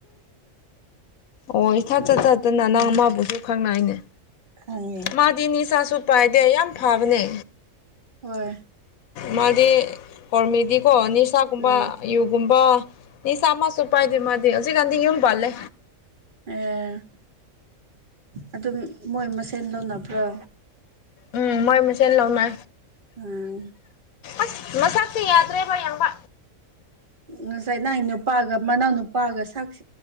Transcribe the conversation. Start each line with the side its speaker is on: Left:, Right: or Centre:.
Left: ꯑꯣ ꯏꯁꯥꯠ ꯆꯠ ꯆꯠꯇꯅ
Right: ꯎꯝ
Left: ꯅꯪ ꯑꯃꯕꯨꯁꯨ ꯈꯪꯅꯏꯅꯦ
Right: ꯈꯪꯉꯦ
Left: ꯃꯥꯗꯤ ꯅꯤꯁꯥꯁꯨ ꯄꯥꯏꯗꯦ ꯌꯥꯝ ꯐꯕꯅꯦ
Right: ꯍꯣꯏ
Left: ꯃꯥꯗꯤ ꯍꯔꯃꯦꯗꯤꯀꯣ ꯅꯤꯁꯥꯒꯨꯝꯕ
Right: ꯎꯝ
Left: ꯨꯒꯨꯝꯕ ꯁꯝꯁꯨ ꯎꯄꯥꯏꯗꯦ ꯃꯥꯗꯤ ꯍꯧꯖꯤꯛ ꯀꯥꯟꯗꯤ ꯌ ꯄꯜꯂꯦ
Right: ꯑꯦ ꯑꯗꯨꯝ ꯃꯣꯏ ꯃꯁꯦꯟ ꯂꯧꯅꯕ꯭ꯔꯣ
Left: ꯎꯝ ꯃꯣꯏ ꯃꯁꯦꯅ ꯂꯧꯥꯎꯅ
Right: ꯎꯝ
Left: ꯑꯁ ꯃꯁꯛꯇꯤ ꯌꯥꯗ꯭ꯔꯦꯕ ꯌꯥꯝꯕ
Right: ꯉꯁꯥꯏ ꯅꯪ ꯅꯨꯄꯥꯒ ꯃꯅꯥꯎ ꯅꯨꯄꯥꯒ ꯁꯥ